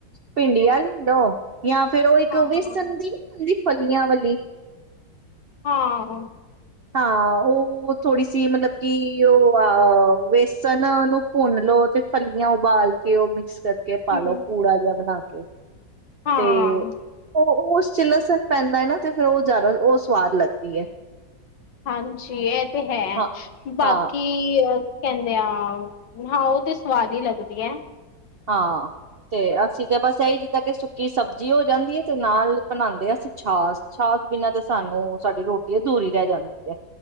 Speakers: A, on the right; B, on the left.
A: ਭਿੰਡੀਆਂ ਲੇਲੋ। ਜਾਂ ਫੇਿਰ ਉਹ ਇੱਕ
B: ਹਾਂ
A: ਵੇਸਨ
B: ਹਾਂ
A: ਦੀ ਨੀ ਹੁੰਦੀ ਫਲੀਆਂ ਵਾਲੀ।
B: ਹਾਂ।
A: ਹਾਂ, ਔ ਥੋੜ੍ਹੀ ਸੀ ਮਤਲਬ ਕਿ ਔ ਆ ਵੇਸਣ ਨੂੰ ਭੁੰਨ ਲੋ ਤੇ ਫਲੀਆਂ ਉਬਾਲ ਕੇ ਉਹ ਮਿਕਸ ਕਰ ਕੇ
B: ਹੂੰ
A: ਪਾਾਲੋ ਪੂੜਾ ਜਿਹਾ ਬਣਾ ਕਿ
B: ਹਾਂ
A: ਤੇ ਉਸ ਵਿੱਚ ਲਸਣ ਪੈਂਦਾ ਹੈ ਨਾ ਤੇ ਫੇਿਰ ਉਹ ਜ਼ਿਆਦਾ ਉਹ ਸਵਾਦ ਲੱਗਦੀ ਹੈ
B: ਹਾਂਜੀ ਇਹ ਤੇ ਹੈ
A: ਹਾਂ
B: ਬਾਕੀ
A: ਹਾਂ
B: ਕਹਿੰਦੇ ਆ ਹਾਂ ਉਹ ਤੇ ਸਵਾਦ ਹੀ ਲੱਗਦੀ ਹੈ
A: ਹਾਂ ਤੇ ਅਸੀਂ ਤਾਂ ਬਸ ਇਹੀ ਜਿੱਦਾਂ ਕਿ ਸੁੱਕੀ ਸਬਜ਼ੀ ਹੋ ਜਾਂਦੀ ਹੈ ਤੇ ਨਾਲ ਬਣਾਉਂਦੇ ਹੈ ਅਸੀਂ ਛਾਸ ਛਾਸ ਬਿਨਾਂ ਤੇ ਸਾਨੂੰ ਸਾਡੀ ਰੋਟੀ ਅਧੂਰੀ ਰਹਿ ਜਾਂਦੀ ਹੈ